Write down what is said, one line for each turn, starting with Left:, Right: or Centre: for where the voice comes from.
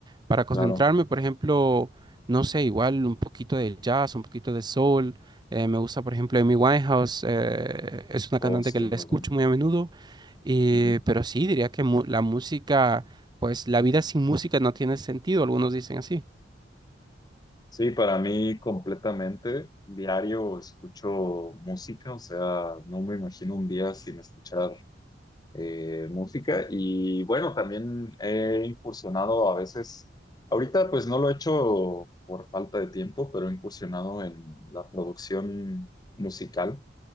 Right: para concentrarme,
Left: claro,
Right: por ejemplo, no sé, igual un poquito de jazz, un poquito de soul. Eh, me gusta, por ejemplo, Amy Winehouse, eh, es una
Left: oh
Right: cantante
Left: sí,
Right: que la
Left: muy
Right: escucho
Left: bueno.
Right: muy a menudo, y-
Left: Ujú.
Right: pero sí, diría que mu- la música, pues la vida sin música no tiene sentido, algunos dicen así.
Left: Sí, para mí completamente diario escucho música, o sea, no me imagino un día sin escuchar eh, música y bueno, también he incursionado a veces, ahorita pues no lo he hecho por falta de tiempo, pero he incursionado en la producción musical,